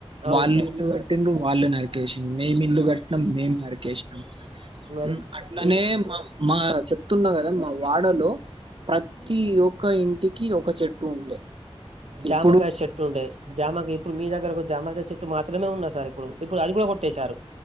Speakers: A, on the right (about 80°); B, on the right (about 55°).
A: అవును
B: వాళ్ళు
A: సార్
B: ఇల్లు కట్టిండు వాళ్ళు నరికేసిండు మేము ఇల్లు కట్టినాం మేము నరికేసినాం
A: మరి
B: ఉమ్ అట్లానే
A: ఈ
B: మా మా చెప్తున్నా కదా మా వాడలో ప్రతి ఒక్క ఇంటికి ఒక చెట్టు ఉండే
A: జామకాయ
B: ఇప్పుడు
A: చెట్టు ఉండే జామకు ఇప్పుడు మీ దగ్గరకు ఒక జామకాయ చెట్టు మాత్రమే ఉన్నాయి సార్ ఇప్పుడు ఇప్పుడు అది కూడా కొట్టెసారు